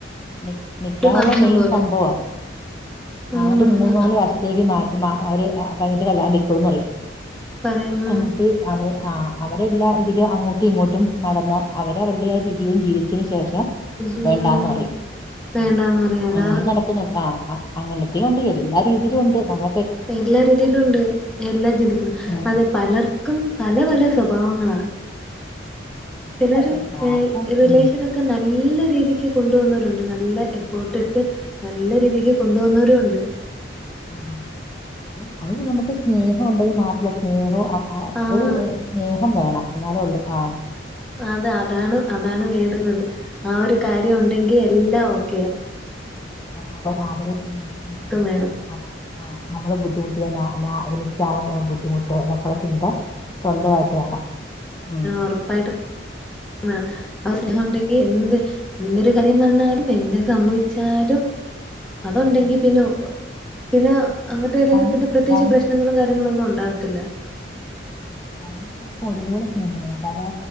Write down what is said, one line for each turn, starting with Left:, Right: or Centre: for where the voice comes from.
Left: ഏ എന്നിട്ടാണല്ലോ
Centre: ഒരു ഫങ്ഷൻ
Left: മെയിൻ
Centre: പോലെ
Left: സംഭവം ആ
Centre: ആഹ്
Left: ന്നിട്ട് മൂന്നാല് വർ ത്തേക്ക് മാറ്റി മാ ഓര് കൈഞ്ഞട്ട് കല്യാണം കൈകൂന്ന് പറയും
Centre: പറയും
Left: എന്നിട്ട് അവര് ആ അവരെല്ലാ ഇതിലും അങ്ങോട്ടും ഇങ്ങോട്ടും നടന്ന് അവര് അവർടെതായ ജീവിതം ജീവിച്ചേന് ശേഷം
Centre: ഉം
Left: വേണ്ടാന്ന് പറയും
Centre: വേണ്ടാന്ന്
Left: ഉം
Centre: പറയാ അതാ
Left: അങ്ങനേം നട പിന്നെന്താ ആ അങ്ങനത്തേ ഒണ്ട് എല്ലാ രീതീലൊണ്ട് നമ്മ
Centre: എല്ലാ രീതീലൊണ്ട് എല്ലാം ചിന്തിക്കണം
Left: ഉം
Centre: അതെ പലർക്കും പല പല സ്വഭാവങ്ങളാ. ചെലര്
Left: അത് ഒ- ആർക്കും
Centre: ഏ റിലേഷനൊ
Left: ഉം
Centre: ക്കെ നല്ല രീതിക്ക് കൊണ്ടോന്നവരുണ്ട് നല്ല എഫോർട്ടെടുത്ത് നല്ല രീതിക്ക് കൊണ്ടു പോന്നവരൊണ്ട്
Left: ആ അ അത് നമുക്ക് സ്നേഹം ഒണ്ടെങ്കി മാത്രം ഉണ്ടോ അ അ
Centre: ആഹ്
Left: ഒരു സ്നേഹം വേണം എന്നാലേ ഒള്ളൂ ആ
Centre: ആതാ അതാണ് അതാണ് വേണ്ടുന്നത് ആ ഒരു കാര്യം ഒ എങ്കി എല്ലാ ഓക്കെയ.
Left: അവ അവരെ <unintelligible>
Centre: വേണം
Left: ആ അവള് ബുദ്ധിമുട്ടിയ ന ന എനിക്കാണ് ബുദ്ധിമുട്ട് എന്നൊക്കൊള്ള ചിന്ത സ്വന്തമായിട്ട് വേണം ഉം
Centre: ഒറപ്പായിട്ടും അഹ് ആ സ്നേഹം ഉണ്ടെങ്കി എന്ത് എന്തൊരു കാര്യം വന്നാലും എന്ത് സംഭവിച്ചാലും അതണ്ടെങ്കി
Left: ഉം.
Centre: പിന്നെ പിന്നെ അവരുടെ ഇടയിൽ
Left: രണ്ട്
Centre: പിന്നെ പ്രത്യേകിച്ച്
Left: രണ്ട്
Centre: പ്രശ്നങ്ങളും കാര്യങ്ങളും ഒന്നും ഉണ്ടാവത്തില്ല
Left: ഉം രണ്ട് പേർക്കും ഒരുപോലെ സ്നേഹം തോന്നണം അല്ലാതെ